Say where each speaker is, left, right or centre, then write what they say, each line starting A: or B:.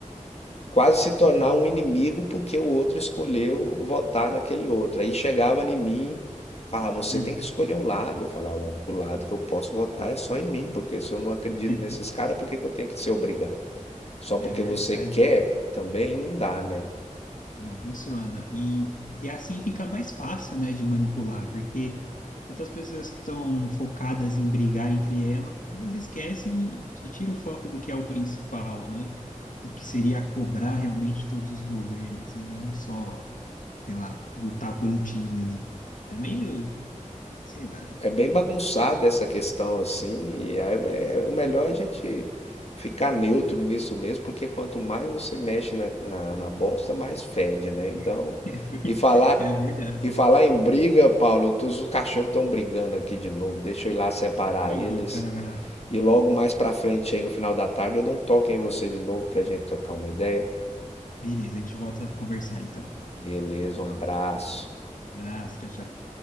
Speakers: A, on the left; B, on the left.
A: quase se tornar um inimigo porque o outro escolheu votar naquele outro. Aí chegava em mim, falava, você
B: Uhum.
A: tem que escolher um lado. Eu falava, o único lado que eu posso votar é só em mim, porque se eu não acredito
B: <laughs>
A: nesses caras, por que que eu tenho que ser obrigado? Só
B: É
A: porque
B: verdade,
A: você quer também não dá, né?
B: não funciona. E, e assim fica mais fácil, né, de manipular, porque quando as pessoas estão focadas em brigar entre elas, elas esquecem e, e tiram o foco do que é o principal, né? O que seria cobrar realmente todos os governos e não só, sei lá, lutar por um time ali. É meio, sei lá.
A: É bem bagunçada essa questão assim, e aí é, é o melhor é a gente ficar neutro nisso mesmo, porque quanto mais você mexe na, na, na bosta, mais fede, né? Então,
B: <laughs> É, ver-
A: e falar,
B: é verdade.
A: E falar em briga, Paulo, tu- os cachorros estão brigando aqui de novo. Deixa eu ir lá separar
B: <laughs> ô,
A: eles.
B: louco, vai lá, vai lá.
A: E logo mais pra frente, aí no final da tarde, eu dou um toque em você de novo pra gente trocar uma ideia.
B: Beleza, a gente volta a conversar então.
A: Beleza, um abraço.
B: Abraço, tchau, tchau.